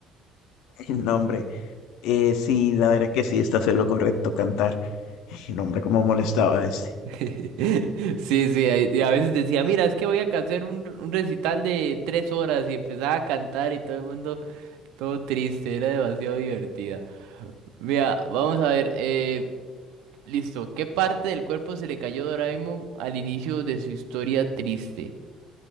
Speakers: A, on the left; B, on the right.
A: <laughs> No, hombre, eh, sí, la verdad que sí, está haciendo lo correcto, cantar. <laughs> No, hombre, cómo molestaba a ese.
B: <laughs> Sí, sí, ahí- y a veces decía, mira, es que voy a ca- hacer un, un recital de tres horas y empezaba a cantar y todo el mundo todo triste, era demasiado divertida. Mira, vamos a ver, eh, listo, ¿qué parte del cuerpo se le cayó a Doraemon al inicio de su historia triste?